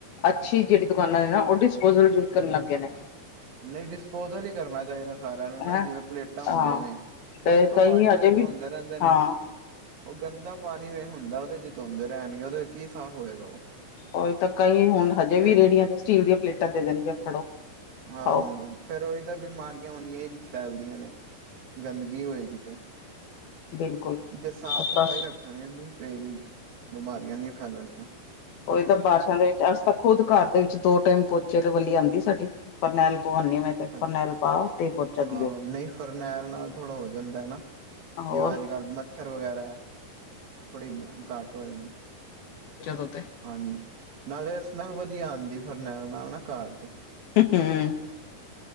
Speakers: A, on the left; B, on the right.
A: ਅੱਛੀ ਜਿਹੜੀ ਦੁਕਾਨਾਂ ਨੇ ਨਾ, ਉਹ ਡਿਸਪੋਜਲ ਯੂਜ ਕਰਨ ਲੱਗਗੇ ਨੇ।
B: ਨਹੀਂ, ਡਿਸਪੋਜਲ ਹੀ ਕਰਨਾ ਚਾਹੀਦਾ। ਸਾਰਿਆਂ ਨੂੰ ਨਾ
A: ਹੈਂ
B: ਜਿਵੇਂ ਪਲੇਟਾਂ ਹੁੰਦੀਆਂ
A: ਹਾਂ
B: ਨੇ, ਉਹ
A: ਤੇ
B: ਇੱਕੋ
A: ਕਈ
B: ਬਾਲਟੀ
A: ਹਜੇ
B: ਵਿੱਚ
A: ਵੀ
B: ਧੋੰਦੇ ਰਹਿੰਦੇ ਨੇ,
A: ਹਾਂ
B: ਉਹ ਗੰਦਾ ਪਾਣੀ ਵੇ ਹੁੰਦਾ ਉਹਦੇ ਚ ਧੋੰਦੇ ਰਹਿਣਗੇ, ਉਹਦੇ ਚ ਕੀ ਸਾਫ਼ ਹੋਏਗਾ, ਉਹ
A: ਉਹੀ ਤਾਂ ਕਈ ਹੁਣ ਹਜੇ
B: ਫੇਰ
A: ਵੀ ਰੇਹੜੀਆਂ ਤੇ ਸਟੀਲ ਦੀਆਂ ਪਲੇਟਾਂ ਦੇ ਦੇਣਗੇ ਫੜੋ।
B: ਹਾਂਜੀ
A: ਖਾਓ
B: ਫੇਰ ਉਹੀ ਤਾਂ ਬਿਮਾਰੀਆਂ ਓਨੀਆਂ ਹੀ ਫੈਲਦੀਆਂ ਨੇ ਗੰਦਗੀ ਹੋਏ ਕਿਤੇ
A: ਬਿਲਕੁਲ
B: ਜੇ ਸਾਫ਼
A: ਆਪਾਂ
B: ਸਫ਼ਾਈ ਰੱਖ ਖਣ ਨੀ ਪਈ ਬਿਮਾਰੀਆਂ ਨੀ ਫੈਲਣੀਆਂ
A: ਉਹੀ ਤਾਂ ਬਾਰਿਸ਼ਾਂ ਦੇ ਵਿੱਚ ਅੱਸੀ ਤਾਂ ਖੁਦ ਘਰ ਦੇ ਵਿੱਚ ਦੋ ਟਾਈਮ ਪੋਚੇ ਵਾਲੀ ਆਉਂਦੀ ਸਾਡੀ ਫਰਨੈਲ ਪਵਾਉਂਦੀ ਮੈਂ
B: ਅੱਛਾ
A: ਤੇ ਫਰਨੈਲ ਪਾ ਤੇ ਪੋਚਾ ਦਿਓ
B: ਹਾਂ ਨਹੀਂ ਫਰਨੈਲ ਨਾਲ ਥੋੜ੍ਹਾ ਹੋ ਜਾਂਦਾ ਐ ਨਾ
A: ਹੋਰ
B: ਜਿਵੇਂ ਅੱਜ ਕੱਲ੍ਹ ਮੱਛਰ ਵਗੈਰਾ ਥੋੜ੍ਹੀ ਘਟ ਹੋ ਜਾਂਦੇ
A: ਹੋ <unintelligible>
B: ਹਾਂਜੀ ਨਾਲੇ ਸਮੈਲ ਵਧੀਆ ਆਉਂਦੀ ਫਰਨੈਲ ਨਾਲ ਨਾ ਘਾਰ ਚ
A: ਹੁੰ ਹੂੰ